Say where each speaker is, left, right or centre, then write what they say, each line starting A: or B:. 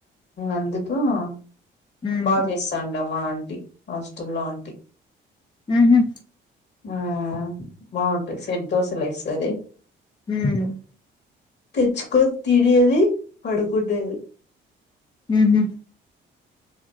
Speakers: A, on the left; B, on the left.
A: అందుక్ మ్మ్ హా
B: మ్మ్
A: బా జేస్సండాం ఓ ఆంటీ హాస్టల్లో ఆంటీ
B: మ్మ్ హ్మ్
A: ఆ బాగుంటాయి సెట్ దోశలు ఎస్తది
B: మ్మ్
A: తెచ్చుకో తినేది పడుకూడేది
B: ఉహు